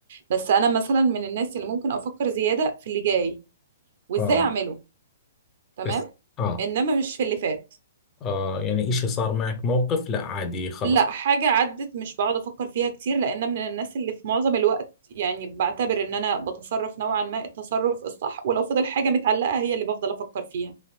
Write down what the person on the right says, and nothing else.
بس انا مثلا من الناس اللي ممكن افكر زيادة في اللي جاي وازاي
اعمله تمام
انما مش في اللي فات
لا حاجة عدت مش بقعد أفكر فيها كتير لأن من الناس اللي في معظم الوقت يعني بعتبر إن أنا بتصرف نوعا ما التصرف الصح ولو فضل حاجة متعلقة هي اللي بفضل أفكر فيها